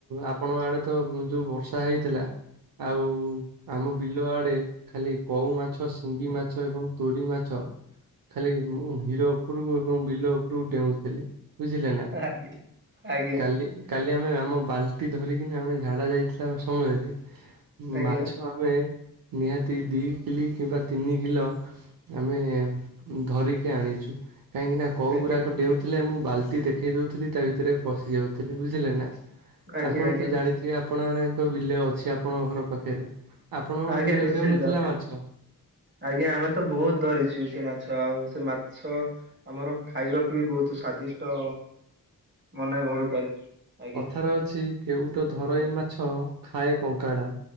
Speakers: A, on the right (about 70°); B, on the right (about 30°).
A: ଆପଣଙ୍କ ଆଡେ ତ ଯୋଉଁ ବର୍ଷା ହେଇଥିଲା ଆଉ ଆମ ବିଲ ଆଡେ ଖାଲି କଉ ମାଛ। ଶିଙ୍ଗି ମାଛ ଏବଂ ତୋଡି ମାଛ ଖାଲି ହିର। ଉପରକୁ ଏବଂ ବିଲ ଉପରକୁ ଡେଉଁଥିଲେ। ବୁଝିଲେ ନା
B: ଆଜ୍ଞା ଆଜ୍ଞା
A: କାଲି। କାଲି ଆମେ ଆମ ବାଲ୍ଟି ଧରିକିନି ଆମେ ଝାଡ଼ା ଯାଇଥିଲା ସମୟରେ
B: ଆଜ୍ଞା
A: ମାଛ। ଆମେ ନିହାତି ଦି କିଲି କିମ୍ବା ତିନି କିଲୋ ଆମେ ଧରିକି ଆଣିଚୁ। କାହିଁକିନା କଉ
B: ଆଜ୍ଞା
A: ଗୁରାକ ଡେଉଁ ଥିଲେ ମୁଁ ବାଲ୍ଟି ଦେଖଉଥିଲି ତା ଭିତରେ ପଶି ଯାଉଥିଲେ। ବୁଝିଲେ ନା।
B: ଆଜ୍ଞା
A: ଆପଣ
B: ଆଜ୍ଞା
A: ତ ଜାଣି କିଏ ଆପଣଙ୍କ ମାନଙ୍କ ବିଲ ଅଛି ଆପଣଙ୍କ ଘର ପାଖରେ। ଆପଣଙ୍କ
B: ଆଜ୍ଞା
A: ବିଲ
B: ନିଶ୍ଚିନ୍ତ।
A: ଡେଉଁନଥିଲା ମାଛ?
B: ଆଜ୍ଞା। ଆମେ ତ ବହୁତ୍ ଧରିଚର ସେ ମାଛ। ଆଉ ସେ ମାଛ ଆମର ଖାଇବାକୁ ବି ବହୁତ ସ୍ଵାଦିଷ୍ଟ। ମନେ ଭବେ ପାରେ। ଆଜ୍ଞା।
A: କଥା ରେ ଅଛି କେଉଁଟ ଧରଇ ମାଛ, ଖାଏ କଙ୍କଡା।